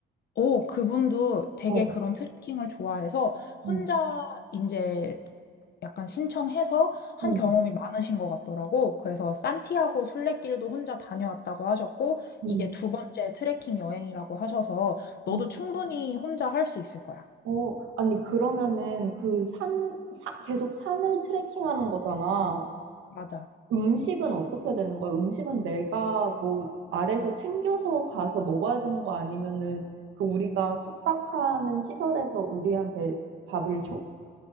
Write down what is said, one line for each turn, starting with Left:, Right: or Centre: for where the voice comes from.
Left: 오, 그분도 되게
Right: 어,
Left: 그런 트레킹을 좋아해서 혼자
Right: 음,
Left: 이제 약간 신청해서 한
Right: 음,
Left: 경험이 많으신 것 같더라고. 그래서 산티아고 순례길도 혼자 다녀왔다고 하셨고,
Right: 음,
Left: 이게 두 번째 트레킹 여행이라고 하셔서 너도
Right: 음.
Left: 충분히 혼자 할 수 있을 거야.
Right: 어, 아니, 그러면은 그 산, 사, 계속 산을 트레킹하는 거잖아.
Left: 맞아.
Right: 음식은 어떻게 되는 거야? 음식은 내가 뭐 아래서 챙겨서 가서 먹어야 되는 거 아니면은 그 우리가 숙박하는 시설에서 우리한테 밥을 줘?